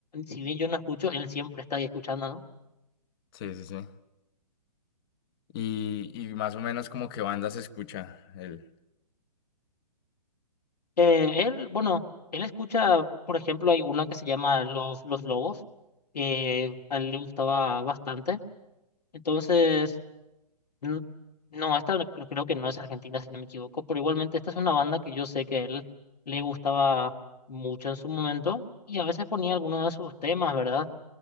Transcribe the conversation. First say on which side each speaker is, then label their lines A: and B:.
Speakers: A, on the left (about 75°); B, on the left (about 35°).
A: si bien yo no escucho, él siempre está ahí escuchando, ¿no?
B: Sí, sí, sí. Y, y más o menos como que banda se escucha el...
A: Eh, él, bueno, él escucha, por ejemplo, hay una que se llama Los, Los Lobos, que a él le gustaba bastante. Entonces, n- no, esta no- creo que no es argentina, si no me equivoco, pero igualmente esta es una banda que yo sé que a él le gustaba mucho en su momento y a veces ponía algunos de sus temas, ¿verdad?